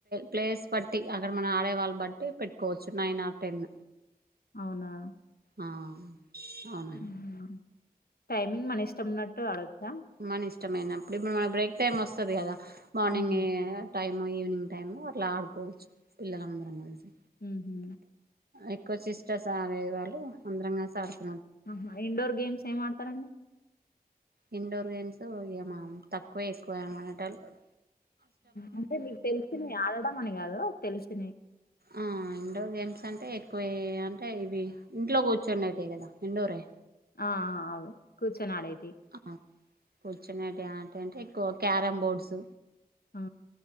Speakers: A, on the right; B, on the left.
A: ప్లేస్ బట్టి అక్కడ మన ఆడేవాళ్ళ బట్టి పెట్టుకోవచ్చు నైన్ ఆర్ టెన్
B: అవునా
A: ఆ అవునండి.
B: మ్మ్ టైమింగ్ మన ఇష్టంన్నట్టు ఆడొచ్చ
A: మన ఇష్టమైనప్పుడు ఇప్పుడు మన బ్రేక్ టైమ్ వస్తది కదా మార్నింగే
B: మ్మ్
A: టైమ్ ఈవినింగ్ టైమ్ అట్ల ఆడుకోవచ్చు పిల్లలందరం కలిసి
B: ఊహు
A: ఎక్కువ సిస్టర్స్ ఆడేవాళ్ళు అందరం కలసి ఆడుక్
B: ఆహా! ఇండోర్ గేమ్స్ ఏమాడాతారండి.
A: ఇండోర్ గేమ్స్ ఏమా తక్కువే ఎక్కువేం ఆడేటోల్లు
B: అంటే మీకు తెలిసినవి ఆడడం అని కాదు తెలిసినవి.
A: ఆ గేమ్స్ అంటే ఎక్కువే అంటే ఇవి ఇంట్లో కూర్చుండేట్ టీవే కదా ఇండోరే
B: ఆ ఆ అవే కూర్చొని ఆడే
A: ఆ కూర్చునేటి ఆట అంటే ఎక్కువ క్యారమ్ బోర్డ్స్
B: ఆ